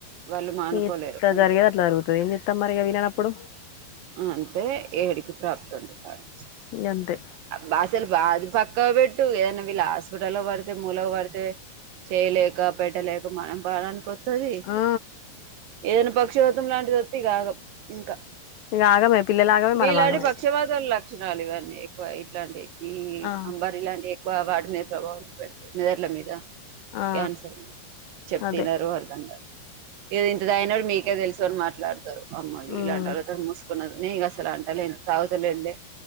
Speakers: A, on the right; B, on the left.
A: వాళ్ళు మానుకోలేరు
B: ఎట్ల
A: అంతే
B: జరిగేది అట్లా జరుగుతుంది ఏం చేస్తాం మరి ఇక విననప్పుడు.
A: అంతే ఏడుకి ప్రాప్తాది. కాదు
B: ఇగ అంతే
A: భాషలు బాధ పక్క కొవిడ్ ఏ వీళ్ళు హాస్పిటల్ పడితే మూల కు పడితే చేయలేక పెట్టలేక మన ప్రాణానికి వస్తాది
B: ఆ
A: ఏదన్నా పక్షిపాతం లాంటిది వత్తే ఆగం ఇంకా
B: ఇక ఆగమే పిల్లలు ఆగమే
A: వీల్లాంటి
B: మనం ఆగమే
A: పక్షపాతం
B: అయితాం
A: లా లక్షణాలు ఇవన్నీ ఎక్కువ ఇట్లాంటి ఈ
B: ఆ
A: అంబారి లాంటివి ఎక్కువ. బాగా వాటి మీద ప్రభావం పెడతాయి. మెదళ్ల మీద
B: ఆ
A: క్యాన్సర్. చెప్తే
B: అదే
A: వినరు అర్ధంగాదు ఏ ఇంత తాగినోడు మీకేం తెలుసు అని మాట్లాడతారు. అమ్మా
B: ఉమ్
A: ఇలాంటి వాళ్లతో తీసుకున్నాను నీ అసలు అంటలేను తగుతాలేదు లే.